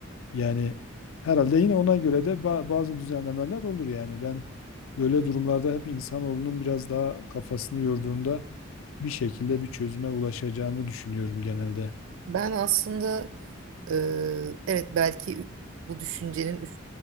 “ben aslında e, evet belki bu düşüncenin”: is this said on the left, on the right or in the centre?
Right